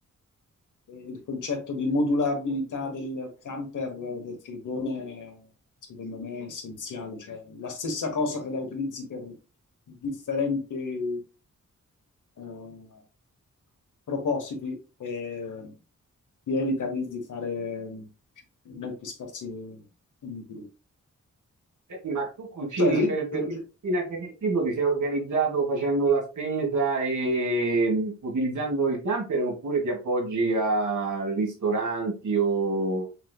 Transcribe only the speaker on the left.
E il concetto di modulabilità del camper, eh, del furgone, secondo me è essenziale. Cioè, la stessa cosa che la utilizzi per differenti eh, propositi e ti evita di, di fare molti sforzi inutili.
Cioè, ri-
ri-